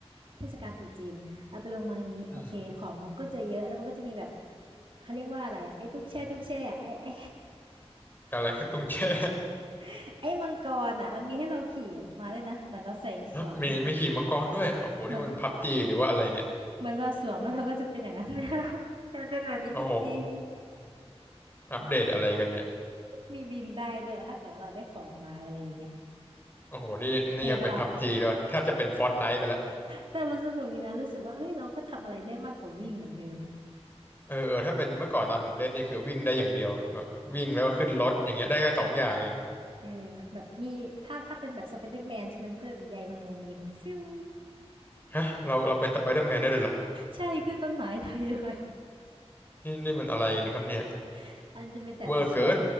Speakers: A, on the right; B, on the left.
A: เทศกาลตรุษจีนเราไปลงเมืองนี้โอเคของมันก็จะเยอะแล้วมันก็จะมีแบบ
B: อืม
A: เขาเรียกว่าอะไรอะไอ้ตุ้งแช่ตุ้งแช่อะไอ้ไอ้
B: อะไรตุ้งแช่
A: <laughs> ไอ้มังกรอ่ะมันมีให้เราขี่ออกมาด้วยนะเหมือนเราใส่สวม
B: <laughs> มีมีขี่มังกรด้วยโอ้โหนี่มันพับจีหรือว่าอะไรเนี่ย
A: เหมือนเหมือนเราสวมแล้วเราก็จะเป็นอย่างนั้น <laughs> แล้ว <laughs> มันเป็นแบบนี้จริง
B: โอ้โหอัปเดตอะไรกันเนี่ย
A: มีบินได้ด้วยถ้าเกิดว่าเราได้ของมาอะไรอย่างเงี้ย
B: โอ้โหนี่นี่ยังเป็นพับจีด้วยแทบจะเป็นฟอร์
A: เทปะล่ะ
B: n ไน e ์ไปละ
A: แต่มันสนุกดีนะรู้สึกว่าเอ้ยเราก็ทำอะไรได้มากกว่าวิ่งเหมือนเดิมอะ
B: เออเออ ถ้าเป็นเมื่อก่อนตอนผมเล่นนี่คือวิ่งได้อย่างเดียวแบบวิ่งแล้วก็ขึ้นรถอย่างเงี้ยได้แค่สองอย่างเอง
A: เออแบบมีถ้าถ้าเป็นแบบสไปเดอร์แมนใช่ไหมมันก็แบบใยแมงมุมยิงฟิว
B: ฮะเราเราเป็นสไปเดอร์แมนได้ด้วยเหรอ
A: ใช่ขึ้นต้นไม้ได้ด้วย
B: นี่นี่มันอะไรนี่ครับเนี่ย
A: <laughs> อันจะเป็นแต่ละช่วง
B: เวอร์เกิน